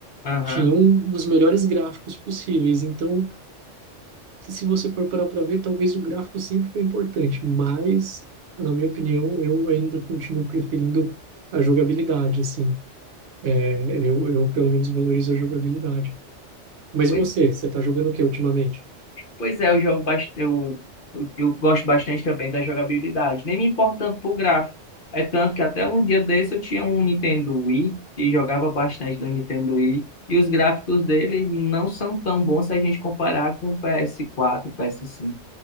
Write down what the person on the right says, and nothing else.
tinha um dos melhores gráficos possíveis. Então, se você for parar para ver, talvez o gráfico sempre foi importante, mas na minha opinião, eu ainda continuo preferindo a jogabilidade, assim. É, eu, eu pelo menos valorizo a jogabilidade. Mas
e você? Você está jogando o que ultimamente?